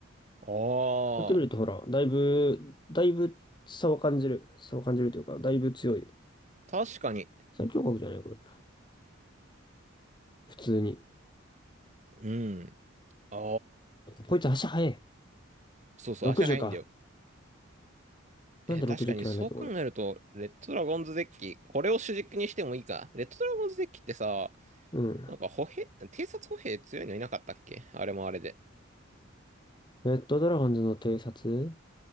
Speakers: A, on the right; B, on the left.
A: ああ、
B: やってみると、ほら、だいぶ、だいぶ差を感じる。差を感じるというか、だいぶ強い。
A: 確かに。
B: 最強国じゃないこれ。普通に。
A: うん。ああ、
B: こいつ足速い。
A: そうそう、
B: 60か。
A: 足早いんだよ。えー、
B: なんで60キロなんだっけ、
A: 確かにそう考えると、
B: これ。
A: レッドドラゴンズデッキ、これを主軸にしてもいいか。レッドドラゴンズデッキってさ、
B: うん。
A: なんか歩兵、偵察歩兵強いのいなかったっけあれもあれで。
B: レッドドラゴンズの偵察